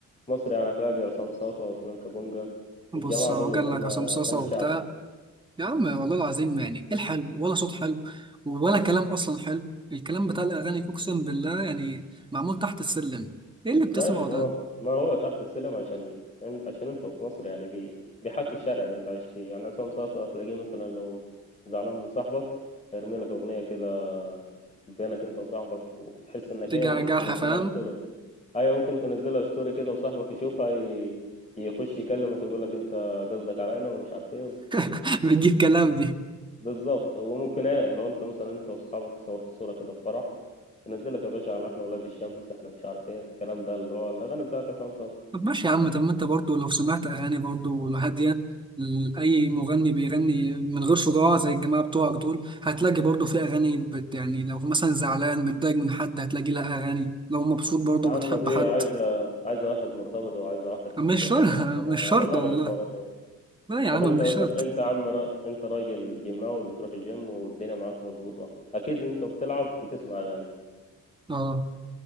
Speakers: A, on the left (about 20°); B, on the right (about 15°).
A: مصر يعني هتلاقي عصام صاصا واسلام كابونجا
B: بص
A: الجماعة
B: هو
A: دول
B: جال
A: اللي هم
B: لك عصام صاصة
A: غني
B: وبتاع
A: شعبي
B: يا عم والله العظيم يعني إيه الحلو ولا صوت حلو ولا كلام أصلا حلو الكلام بتاع الأغاني أقسم بالله يعني معمول تحت السلم إيه اللي بتسمعه
A: ماشي ما
B: ده؟
A: هو ما هو تحت السلم عشان عشان انت في مصر يعني بي بيحكي الشارع اللي انت عايش فيه يعني عصام صاصا هتلاقيه مثلا لو زعلان من صاحبك يرمي لك اغنية كده بينك انت وصاحبك وتحس انك
B: تيجي
A: ايه ممكن
B: على جرح
A: تنزلها
B: فاهم
A: ستوري ايوه ممكن تنزلها ستوري كده وصاحبك يشوفها ي... يخش يكلمك يقول لك انت قصدك علينا ومش عارف ايه
B: <laughs> بتجيب كلام
A: بالظبط وممكن ايه لو انت مثلا انت واصحابك صورت صورة كده في فرح تنزلك يا باشا على احنا ولاد الشمس احنا مش عارف ايه الكلام ده اللي هو الاغاني بتاعت عصام صاصا
B: طب ماشي يا عم طب ما انت برضو لو سمعت اغاني برضو هاديه ل- اي مغني بيغني من غير صداع زي الجماعه بتوعك دول هتلاقي برضو في اغاني بت يعني لو مثلا زعلان متضايق من حد هتلاقي لها اغاني لو مبسوط برضو
A: يا عم
B: بتحب
A: دي
B: حد
A: عايزة عايزة واحد مرتبط وعايزة واحد
B: مش
A: بيحب
B: شرط
A: يا عم
B: <laughs> مش
A: انا
B: شرط
A: انا مالي
B: والله
A: بالحوارات دي
B: لا يا عم
A: طب انت
B: مش
A: مثلا
B: شرط
A: انت يا عم را... انت راجل جيماوي بتروح الجيم والدنيا معاك مظبوطة اكيد انت بتلعب بتسمع اغاني
B: اه